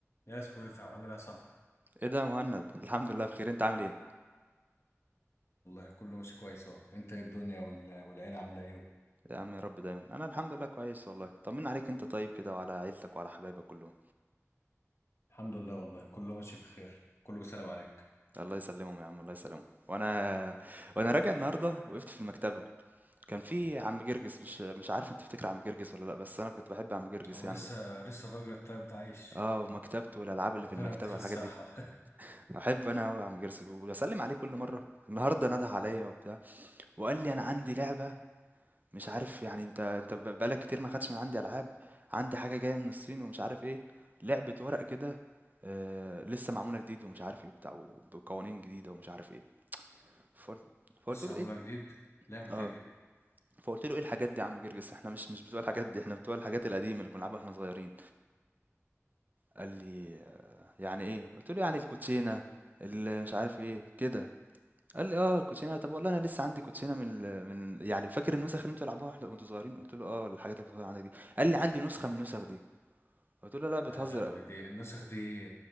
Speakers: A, on the left; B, on the right.
A: يا سويفي عامل ايه يا صاحبي
B: ايه ده يا مهند الحمد لله بخير انت عامل ايه
A: والله كله ماشي كويس اهو انت ايه الدنيا وال- والعيلة عاملة ايه
B: يا عم يا رب دايما انا الحمد لله كويس والله طمنا عليك انت طيب كده وعلى عيلتك وعلى حبايبك كلهم
A: الحمد لله والله كله ماشي بخير كله بيسلم عليك
B: الله يسلمهم يا عم الله يسلمهم وانا وانا راجع النهارده وقفت في المكتبه كان في عم جرجس مش مش عارف انت تفتكر عم جرجس ولا لا بس انا كنت بحب عم جرجس
A: هو
B: يعني
A: لسه
B: بقى.
A: لسه الراجل الطيب ده عايش
B: اه ومكتبته والالعاب اللي
A: ربنا
B: في المكتبه
A: يديله
B: والحاجات
A: الصحة
B: دي
A: <laughs>
B: بحب انا قوي عم جرجس وبسلم عليه كل مره النهارده نده عليا وبتاع وقال لي انا عندي لعبه مش عارف يعني انت انت ب- بقالك كتير ما خدتش من عندي العاب عندي حاجه جايه من الصين ومش عارف ايه لعبه ورق كده آه لسه معموله جديد ومش عارف ايه وبتاع وبقوانين جديده ومش عارف ايه فقلت فقلت
A: لسه
B: له
A: عاملها
B: ايه
A: جديد لعبة
B: ال- اه
A: ايه دي
B: فقلت له ايه الحاجات دي يا عم جرجس احنا مش مش بتوع الحاجات دي احنا بتوع الحاجات القديمه اللي كنا بنلعبها واحنا صغيرين قال لي آه يعني ايه قلت له يعني الكوتشينه اللي مش عارف ايه كده قال لي اه الكوتشينه طب والله انا لسه عندي كوتشينه من ال- من يعني فاكر النسخ اللي انتوا بتلعبوها واحنا- وانتوا صغيرين قلت له اه الحاجات اللي كنت بتقول عندك دي قال لي عندي نسخه من النسخ دي قلت له لا بتهزر
A: لا لا هو دي النسخ دي